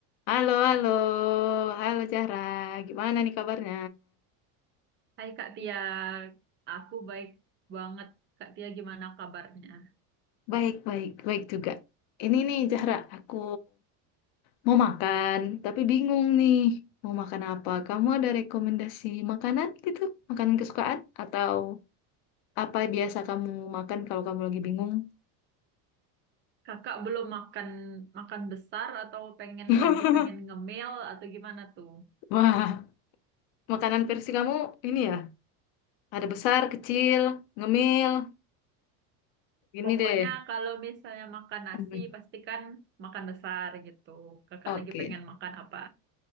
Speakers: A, on the left (about 55°); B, on the right (about 25°).
A: Halo, halo, halo Zahra. Gimana nih kabarnya?
B: Hai Kak Tia, aku baik banget. Kak Tia gimana kabarnya?
A: Baik, baik, baik juga. Ini nih Zahra, aku mau makan, tapi bingung nih mau makan apa. Kamu ada rekomendasi makanan gitu? Makanan kesukaan? Atau apa biasa kamu makan kalau kamu lagi bingung?
B: Kakak belum makan makan besar atau pengen
A: <laughs>
B: lagi pengen ngemil atau gimana tuh?
A: Wah, makanan versi kamu ini ya? Ada besar, kecil, ngemil, gini
B: Pokoknya
A: deh.
B: kalau misalnya makan nasi
A: Hmm,
B: pastikan makan besar gitu. Kakak
A: Oke,
B: lagi pengen makan apa?